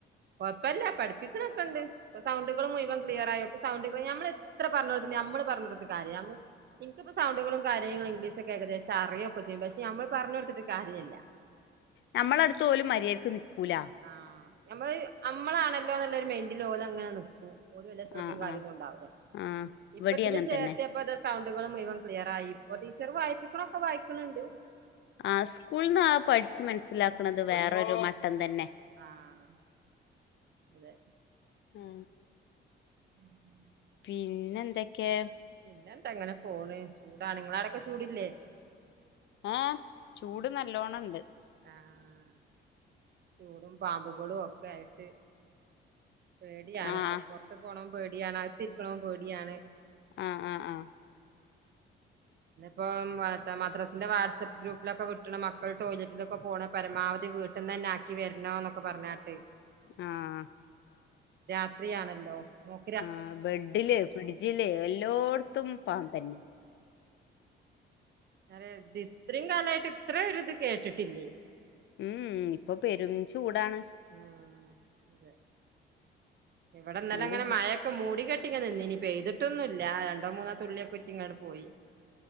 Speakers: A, on the right; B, on the left.
A: കൊഴപ്പില്ല പഠിപ്പിക്കണൊക്കെ ഇണ്ട്. ഇപ്പൊ സൗണ്ടുകളും മുഴുവൻ ക്ലിയർ അയക്കും, സൗണ്ടുകളും ഞമ്മൾ എത്ര പറഞ്ഞു കൊടുത്തിട്ടും നമ്മള് പറഞ്ഞു കൊടുത്തിട്ട് കാര്യമില്ല. എനിക്കിപ്പൊ സൗണ്ടുകളും കാര്യങ്ങളും ഇംഗ്ലീഷ് ഒക്കെ ഏകദേശം അറിയുമൊക്കെ ചെയ്യും, പക്ഷെ നമ്മള് പറഞ്ഞു കൊടുത്തിട്ട് കാര്യയില്ല.
B: നമ്മള് അടുത്ത് പോലും മര്യാദക്ക് നിക്കൂല.
A: ആഹ്, നമ്മള് നമ്മളാണല്ലോ ഉള്ളൊരു മെന്റില് ഓല് അങ്ങനെ നിക്കൂ. ഓര് വെല്ല്യ ശ്രദ്ധയും
B: ആഹ്
A: കാര്യമൊന്നും
B: ആഹ്
A: ഉണ്ടാവില്ല,
B: ആഹ്
A: ഇപ്പൊ
B: ഇവടിം
A: ഇതില്
B: അങ്ങനെ
A: ചേർത്തിയിപ്പോ.
B: തന്നെ
A: സൗണ്ടുകളും മുഴുവൻ ക്ലിയർ ആയി, ഇപ്പൊ ടീച്ചർ വായിപ്പിക്കേണ് ഒക്കെ വായിക്കേണുണ്ട്.
B: ആഹ് സ്കൂളിന്ന് ആകെ പഠിച്ചു മനസ്സിലാക്കണത് വേറൊരു മട്ടം തന്നെ.
A: ആഹ് അതെ
B: ഉം
A: ഉം
B: പിന്നെ എന്തൊക്കെയോ?
A: പിന്നെ എന്താ ഇങ്ങനെ പോണ് ചൂടാണ് നിങ്ങടെ അവിടുയൊക്കെ ചൂടല്ലേ?
B: ആഹ് ചൂട് നല്ലോണം ഉണ്ട്.
A: ആഹ് ചൂടും പാമ്പുകളും ഒക്കെ ആയിട്ട്. പേടിയാണ്
B: ആഹ്
A: ഇപ്പൊ പുറത്ത് പോന്ന് പേടിയാണ്, അകത്തിരിക്കാന് പേടിയാണ്.
B: ആഹ് ആഹ് ആഹ്
A: ഇന്ന് ഇപ്പൊ. <unintelligible> എന്റെ വാട്സ്ആപ്പ് ഗ്രൂപ്പിലൊക്കെ വിട്ടണം മക്കൾ ടോയ്ലറ്റിലൊക്കെ പോണം പരമാവധി വീട്ടിന്ന് തന്നെ ആക്കി വരണോ എന്നൊക്കെ പറഞ്ഞി ട്ട്
B: ആഹ്
A: രാത്രിയാണല്ലോ ഓഹ്.
B: ആഹ് ബെഡില്. പിടിച്ചില്ലേ എല്ലായിടത്തും പാമ്പ് തന്നെ.
A: ഞാന് ഇത്രയും കാലമായിട്ട് ഇത്രയും ഒരു ഇത് കേട്ടിട്ടില്ലേ.
B: ഉം ഇപ്പൊ പെരും ചൂടാണ്
A: ഉം അതെ ഇവിടെന്നാലും
B: ചൂട്
A: അങ്ങനെ മഴ മൂടി കെട്ടിക്കെ നിന്നിനി പെയ്തിട്ടൊന്നുല്ല രണ്ടോ മൂന്നോ തുള്ളിയൊക്കെ കുറ്റിങ്ങാട് പോയി